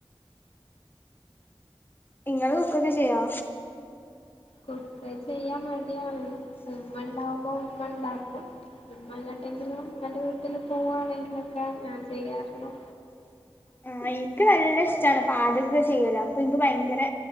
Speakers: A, on the left; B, on the left.
A: നിങ്ങള് കുക്ക് ഒക്കെ ചെയ്യുവോ
B: കുക്ക് ചെയ്യാൻ മടിയാണ് ഉമ്മ ഉണ്ടാവുമ്പോ ഉമ്മ ഉണ്ടാക്കും ഉമ്മ എങ്ങോട്ടെങ്കിലും ഉമ്മന്റെ വീട്ടില് പോവാണെങ്കിലൊക്കെ ഞാൻ ചെയ്യാറുള്ളൂ
A: ആ എനിക്ക് നല്ല ഇഷ്ട്ടവാണ് ച്ചാണ് പാചകം ചെയ്യുലെ അപ്പൊ ഇനിക്ക് ഭയങ്കര